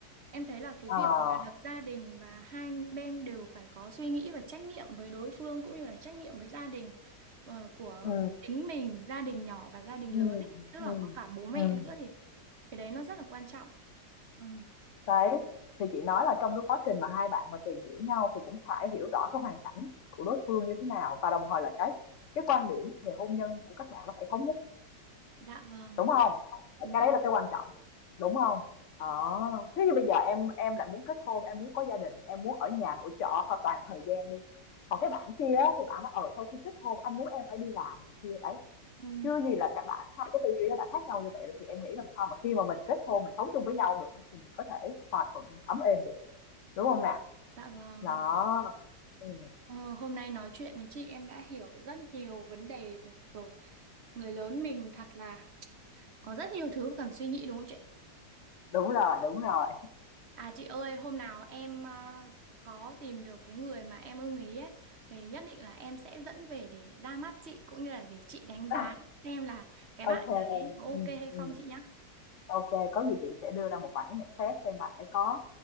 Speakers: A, on the right; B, on the left.
A: Em thấy là cái
B: à,
A: việc mà lập gia đình và hai bên đều phải có suy nghĩ và trách nhiệm với đối phương cũng như là trách nhiệm với gia đình ờ, của
B: ừ,
A: chính mình, gia đình nhỏ và gia đình
B: ừ,
A: lớn ấy. Tức
B: ừ,
A: là có cả bố mẹ
B: ừ.
A: nữa thì cái đấy nó rất là quan trọng. Ừ,
B: Đấy, thì chị nói là trong cái quá trình mà hai bạn mà tìm hiểu nhau thì cũng phải hiểu rõ cái hoàn cảnh của đối phương như thế nào và đồng thời là cái cái quan điểm về hôn nhân của các bạn nó phải thống nhất,
A: dạ vâng,
B: đúng không?
A: đúng
B: Cái
A: rồi.
B: đấy là cái quan trọng, đúng không? Đó, thế như bây giờ em em lại muốn kết hôn, em muốn có gia đình, em muốn ở nhà nội trợ hoặc toàn thời gian đi. Còn cái bạn kia á, thì bạn nói ở sau khi kết hôn anh muốn em phải đi làm này kia đấy.
A: Ừ,
B: Chưa gì là cả đã hai cái tư duy nó đã khác nhau như vậy rồi thì em nghĩ làm sao mà khi mà mình kết hôn mình sống chung với nhau được thì mình có thể hòa thuận ấm êm được. Đúng không nè?
A: dạ vâng.
B: Đó, ừm,
A: Ờ, hôm nay nói chuyện với chị em đã hiểu rất nhiều vấn đề rồi. Người lớn mình thật là có rất nhiều thứ cần suy nghĩ đúng không chị?
B: đúng rồi, đúng rồi.
A: À chị ơi, hôm nào em ờ, có tìm được cái người mà em ưng ý ấy thì nhất định là em sẽ dẫn về để ra mắt chị cũng như là để chị đánh giá
B: <laughs>
A: xem là cái bạn
B: Ô kê
A: đấy
B: em,
A: có ok
B: ừm,
A: hay
B: ừm,
A: không chị nhá.
B: ô có gì chị sẽ đưa ra một vài cái nhận xét xem bạn ấy có